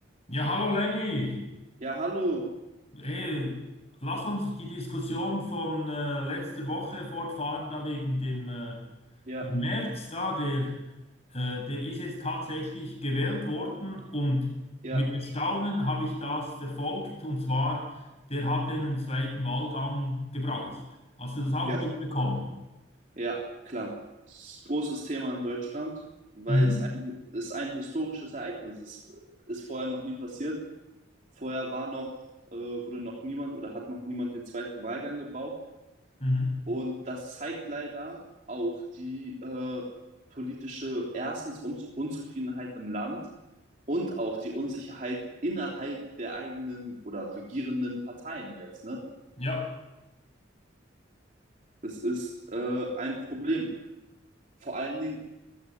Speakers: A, on the left; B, on the right.
A: Ja, hallo Lenny.
B: Ja, hallo.
A: Ey, lass uns die Diskussion von äh, letzter Woche fortfahren, da wegen dem, äh,
B: Ja,
A: dem Merz da, der, äh, der ist jetzt tatsächlich gewählt worden und
B: ja,
A: mit Erstaunen habe ich das verfolgt und zwar, der hat einen zweiten Wahlgang gebraucht. Hast du das auch
B: ja,
A: mitbekommen?
B: ja, klar. Das ist ein großes Thema in Deutschland, weil
A: Mhm.
B: es ein, es ein historisches Ereignis ist. Ist vorher noch nie passiert. Vorher war noch, äh, wurde noch niemand oder hat noch niemand den zweiten Wahlgang gebraucht.
A: Mhm.
B: Und das zeigt leider auch die äh, politische, erstens Unz Unzufriedenheit im Land und auch die Unsicherheit innerhalb der eigenen oder regierenden Parteien jetzt, ne?
A: Ja.
B: Das ist äh, ein Problem vor allen Dingen